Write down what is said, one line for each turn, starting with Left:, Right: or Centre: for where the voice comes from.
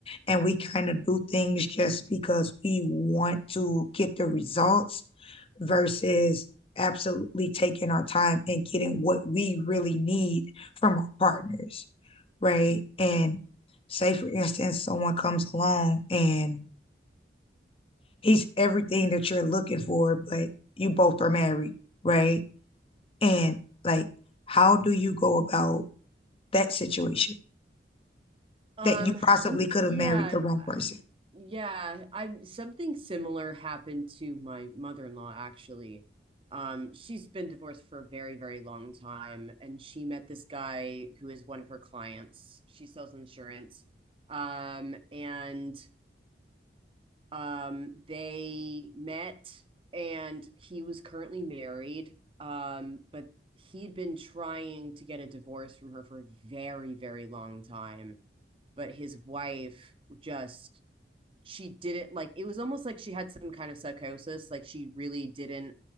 Left: And we kind of do things just because we want to get the results versus absolutely taking our time and getting what we really need from our partners, right? And say, for instance, someone comes along and he's everything that you're looking for, but you both are married, right? And like, how do you go about that situation?
Right: Um,
Left: that you possibly
Right: some
Left: could
Right: yeah,
Left: have married the wrong person.
Right: yeah. I something similar happened to my mother-in-law actually. Um, she's been divorced for a very, very long time, and she met this guy who is one of her clients. She sells insurance. Um, and Um, they met and he was currently married, um, but he'd been trying to get a divorce from her for a very, very long time. But his wife just, she didn't like it was almost like she had some kind of psychosis. Like she really didn't